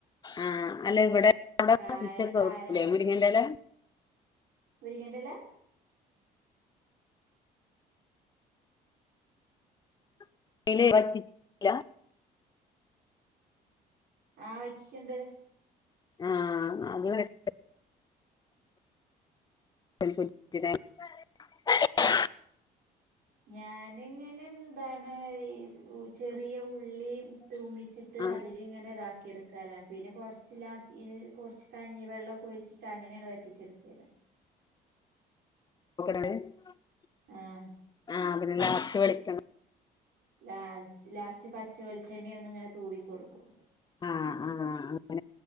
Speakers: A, on the left (about 25°); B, on the right (about 70°).
A: ആഹ് അല്ല ഇവിടെ <unintelligible>
B: കായയുടെ ഭാരം കൊണ്ട്
A: മുരിങ്ങൻന്റെല്ല.
B: മുരിങ്ങന്റെല?
A: <unintelligible> <unintelligible> <inaudible>
B: ആഹ് വച്ചിട്ടുണ്ട്.
A: ആഹ് അത് <inaudible> <unintelligible>
B: ഞാനെങ്ങനെന്താണ് ചെറിയ ഉ <inaudible> ള്ളി തൂമിച്ചിട്ട്
A: ആഹ്
B: അതിൽ ഇങ്ങനെ താക്കി. ക്കി <inaudible> എടുക്കലാണ് പിന്നെ കുറച്ച് ലാസ് ഇ കൊറച്ച് കഞ്ഞി വെള്ളൊക്കെ ഒഴിച്ചിട്ട ങ്ങനേണ് വറ്റിച്ചെടുക്കല് <unintelligible>
A: <unintelligible> <inaudible>
B: ആഹ്.
A: ആഹ് ലാസ്റ്റ് വെളിച്ചെണ്ണ.
B: ലാസ് ലാസ്റ്റ് പച്ചവെളിച്ചെണ്ണയ ഒന്ന ഇങ്ങനെ തൂവിക്കൊടുക്കും.
A: ആഹ് ആ